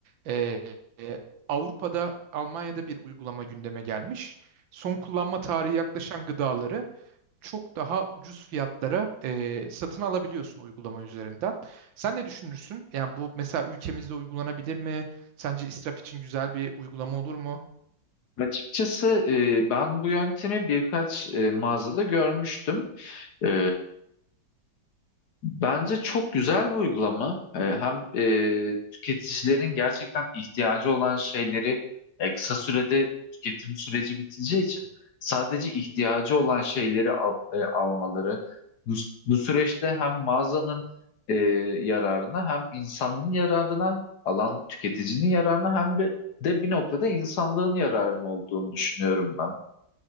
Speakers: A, on the right (about 80°); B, on the left (about 60°).
A: e, e, Avrupa'da, Almanya'da bir uygulama gündeme gelmiş. Son kullanma tarihi yaklaşan gıdaları çok daha ucuz fiyatlara e, satın alabiliyorsun uygulama üzerinden. Sen ne düşünürsün? Yani bu mesela ülkemizde uygulanabilir mi? Sence israf için güzel bir uygulama olur mu?
B: Açıkçası e, ben bu yöntemi birkaç e, mağazada görmüştüm. E, bence çok güzel bir uygulama. E, hem e, tüketicilerin gerçekten ihtiyacı olan şeyleri e, kısa sürede tüketim süreci biteceği için sadece ihtiyacı olan şeyleri al- e, almaları bu, bu süreçte hem mağazanın e, yararına hem insanın yararına alan tüketicinin yararına hem de, de bir noktada insanlığın yararına olduğunu düşünüyorum ben.